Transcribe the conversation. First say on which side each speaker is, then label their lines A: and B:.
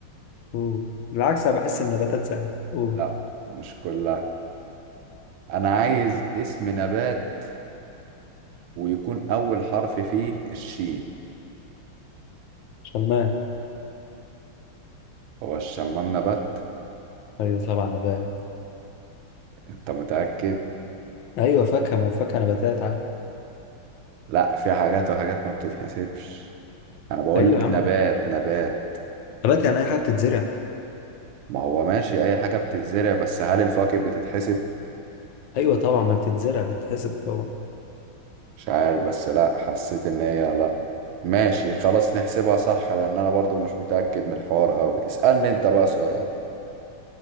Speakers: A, on the left; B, on the right.
A: أوه. بالعكس انا بحس ان النباتات سهله قول
B: لا مش كلها انا عايز اسم نبات ويكون اول حرف فيه الشين
A: شمام
B: هو الشمام نبات
A: ايوه طبعا نبات
B: انت متأكد
A: ايوه فاكهه ما فاكهه نباتات عادي
B: لا في حاجات وحاجات ما بتتحسبش انا بقول
A: ايوه
B: لك
A: يا عم
B: نبات نبات
A: نبات يعني اي حاجه بتتزرع
B: ما هو ماشي اي حاجة بتتزرع بس هل الفواكه بتتحسب
A: ايوه طبعا ما بتتزرع بتتحسب طبعا
B: مش عارف بس لا حسيت ان هي لا ماشي خلاص نحسبها صح لان انا برضو مش متأكد من الحوار قوي اسألني انت بقى سؤال